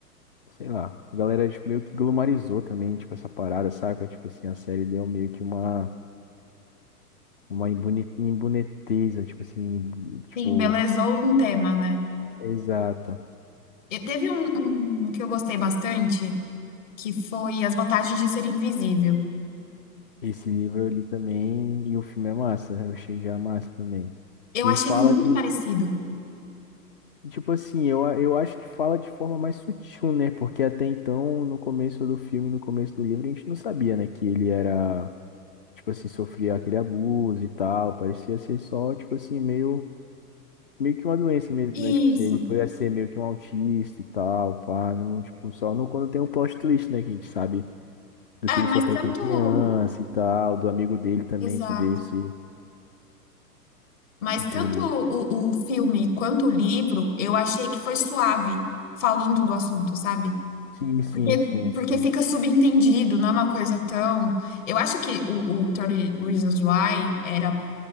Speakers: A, on the left (about 35°); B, on the left (about 50°).
A: sei lá. A galera tipo, meio que glumarizou também, tipo, essa parada, saca? Tipo assim, a série deu meio que uma, uma emboni- imboniteza, tipo assim, imbu- tipo,
B: Sim, embelezou um tema, né?
A: exato.
B: E Teve um, um que eu gostei bastante, que foi As Vantagens de Ser Invisível.
A: Esse livro eu li também e o filme é massa, eu achei já massa também.
B: Eu
A: E
B: achei
A: fala
B: muito
A: de,
B: parecido.
A: tipo assim, eu, a- eu acho que fala de forma mais sutil, né? Porque até então, no começo do filme, no começo do livro, a gente não sabia, né? Que ele era, tipo assim, sofria aquele abuso e tal. Parecia ser só, tipo assim, meio, meio que uma doença mesmo,
B: Isso.
A: né? Tipo assim, ele podia ser meio que um autista e tal, pá, não, tipo, só não quando tem o plot twist, né? Que a gente sabe do que
B: É,
A: ele sofreu
B: mas tanto.
A: quando criança e tal, do amigo dele também
B: Exato.
A: que veio se.
B: Mas
A: Entendeu?
B: tanto o, o filme quanto o livro, eu achei que foi suave falando do assunto, sabe?
A: Sim, sim,
B: Porque,
A: sim,
B: porque
A: sim.
B: fica subentendido, não é uma coisa tão. Eu acho que o, o 30 Reasons Why era